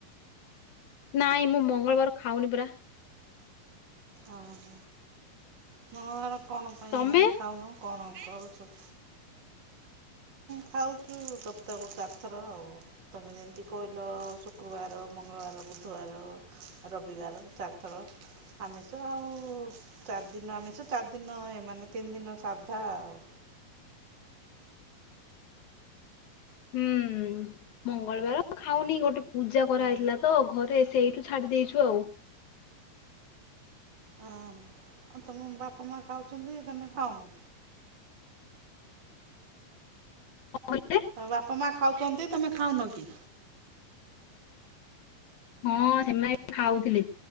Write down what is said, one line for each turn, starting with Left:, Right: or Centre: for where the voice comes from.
Left: ନାଇଁ ମୁଁ ମଙ୍ଗଳବାର ଖାଉନି ପରା
Right: ଓହ, ମଙ୍ଗଳବାର କଣ ପାଇଁ
Left: ତମେ?
Right: ମାନେ ଖାଉନୁ କଣ ହବ କରୁଛୁ
Left: <inaudible>
Right: ଖାଉଛୁ, ସପ୍ତାହକୁ ଚାରି ଥର ଆଉ ତମେ ଯେମିତି କୋଇଲ ଶୁକ୍ରବାର, ମଙ୍ଗଳବାର ବୁଧବାର, ରବିବାର, ଚାରି ଥର ଆମିଷ ଆଉ ଚାରି ଦିନ ଆମିଷ ଚାରି ଦିନ ମାନେ ତିନି ଦିନ, ସାଧା ଆଉ
Left: <inaudible> ହୁଁ, ମଙ୍ଗଳବାର ଖାଉନି ଗୋଟେ ପୂଜା କରାହେଇଥିଲା
Right: ହଁ।
Left: ତ, ଘରେ ସେଇଠୁ ଛାଡି ଦେଇଛୁ ଆଉ
Right: ହ ତମ ବାପା ମା ଖାଉଛନ୍ତି, ତମେ ଖାଉନ?
Left: କହିଲେ
Right: ହ ବାପା ମା ଖାଉଛନ୍ତି, ତମେ ଖାଉନ କି?
Left: ହଁ ସେମାନେ ବି ଖାଉଥିଲେ